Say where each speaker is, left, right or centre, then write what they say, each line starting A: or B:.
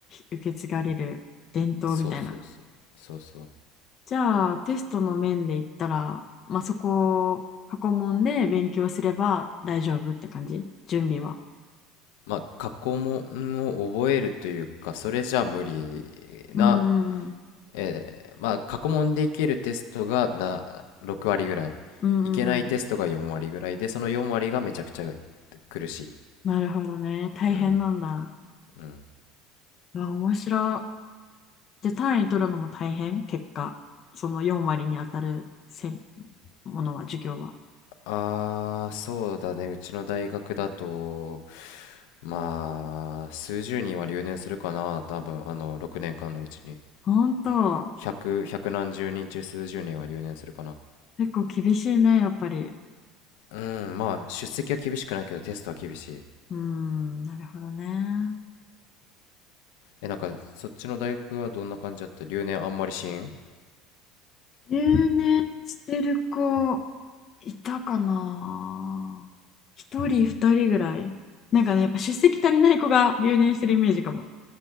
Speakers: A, on the left; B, on the left.
A: 受け継がれる伝統みたいな。
B: そうそうそうそうそう
A: じゃあ、テストの面で言ったら、まあ、そこ、過去問で勉強すれば大丈夫って感じ準備は。
B: まあ過去問を覚えるというかそれじゃ無理な、
A: うんうんうん。
B: えーまあ過去問でいけるテストがな6割ぐらいいけないテストが4割ぐらいでその4割がめちゃくちゃ
A: うんうんうん。
B: 苦しい
A: なるほどね。大変なんだ。
B: うんうん
A: うわ、面白い。で、単位取るのも大変結果。その4割に当たるせんものは、授業は。
B: ああーそうだねうちの大学だとまあ数十人は留年するかな多分あの6年間のうちに
A: ほんと。
B: 100、ひゃく何十人中数十人は留年するかな
A: 結構厳しいね、やっぱり。
B: うん、まあ出席は厳しくないけどテストは厳しい。
A: うーん、なるほどね。
B: え、なんかそっちの大学はどんな感じだった留年あんまりしん
A: 留年してる子、いたかな一人二人ぐらいなんかねやっぱ出席足りない子が留年してるイメージかも